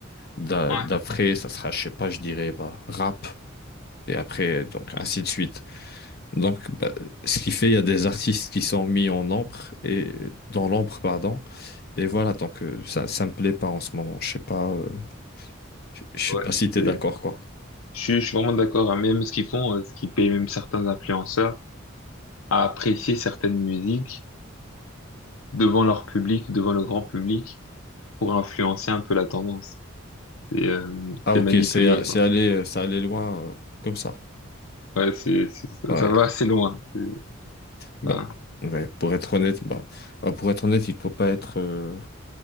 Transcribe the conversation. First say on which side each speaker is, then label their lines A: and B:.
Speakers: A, on the left; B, on the left.
A: d'a-
B: Ouais,
A: d'après, ça sera, je sais pas, je dirais, bah rap et après, donc ainsi de suite. Donc, bah, ce qui fait, il y a des artistes qui sont mis en ombre et dans l'ombre, pardon. Et voilà, donc euh, ça, ça me plaît pas en ce moment. Je sais pas, euh, je je sais
B: ouais,
A: pas si t'es
B: c'est-
A: d'accord, quoi.
B: je, suis- je suis vraiment d'accord. hein. Même ce qu'ils font, euh, ce qui paye même certains influenceurs à apprécier certaines musiques devant leur public, devant le grand public, pour influencer un peu la tendance. Et euh,
A: Ah,
B: c'est
A: ok,
B: manipulé,
A: c'est, c'est
B: quoi.
A: allé, c'est allé loin euh, comme ça.
B: Ouais, c'est, c'est-
A: Ouais,
B: ça va assez loin. C'est-
A: bah,
B: enfin,
A: ouais, pour être honnête, bah, bah, pour être honnête, il faut pas être, euh,